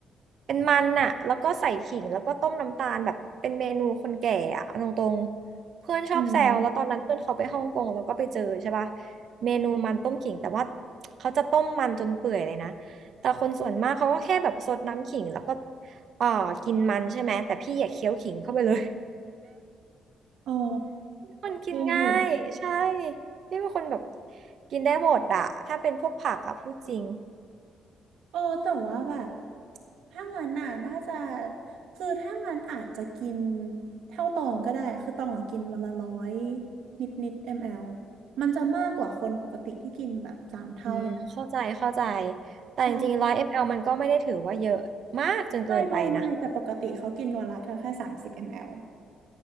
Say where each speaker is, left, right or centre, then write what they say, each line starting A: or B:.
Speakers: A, on the right; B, on the right.
A: เป็นมันน่ะแล้วก็ใส่ขิงแล้วก็ต้มน้ำตาลแบบเป็นเมนูคนแก่อะเอาตรงๆเพื่อนชอบแซวแล้วตอนนั้นเพื่อนเขาไปฮ่องกงแล้วก็ไปเจอใช่ปะ
B: อืม
A: เมนูมันต้มขิงแต่ว่าเขาจะต้มมันจนเปื่อยเลยนะแต่คนส่วนมากเขาก็แค่แบบซดน้ำขิงแล้วก็เอ่อกินมันใช่ไหมแต่พี่อยากเคี้ยวขิงเข้าไปเลย
B: อ๋อ
A: คนกินง่ายใช่
B: โอ้โห
A: พี่เป็นคนแบบกินได้หมดอะถ้าเป็นพวกผักอะพูดจริง
B: เออแต่ว่าแบบถ้างั้นน่ะน่าจะคือถ้างั้นอาจจะกินเท่าตองก็ได้ คือตองอะกินวันละร้อยนิดนิดมลมันจะมากกว่าคนปกติที่กินแบบสามเท่าเลยนะ
A: อืมเข้าใจเข้าใจแต่จริงๆร้อยมลมันก็ไม่ได้ถือว่าเยอะมากจนเกินไปนะ
B: ใช่ไม่ไม่ไม่แต่ปกติเขากินวันละแค่สามสิบมล